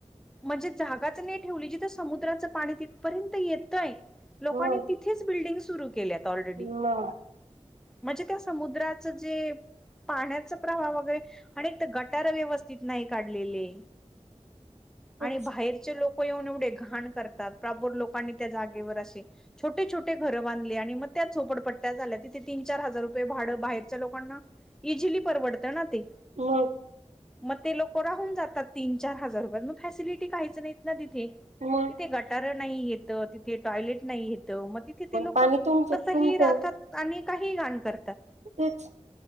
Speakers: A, in the centre; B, on the right.
A: म्हणजे जागाच नाही ठेवली जिथं समुद्राचं पाणी तिथपर्यंत येतंय लोकांनी
B: मग
A: ति तिथे बिल्डिंग सुरू के ऑलरेडी
B: मग
A: म्हणजे त्या समुद्राच जे पाण्याचा प्रभाव वगैरे आणि तर गटार व्यवस्थित नाही काढलेले.
B: तेच
A: आणि बाहेरचे लोक येऊन एवढे घाण करतात प्रापूर लोकांनी त्या जागेवर असे छोटे छोटे घरं बांधले आणि मग त्या झोपडपट्ट्या झाल्या तिथे तीन चार हजार रुपये भाडं बाहेरच्या लोकांना इझीली परवडतं ना ते.
B: मग
A: मग ते लोक राहून जातात तीन चार हजार रुपया मग फॅसिलिटी काहीयच नाहीत ना तिथे.
B: मग
A: तिथे गटार नाही येत तिथे टॉयलेट नाही येत मग तिथे ते लोक
B: पाणी तुमच तुमत
A: कसंही राहतात आणि काही घाण करतात.
B: तिथेच.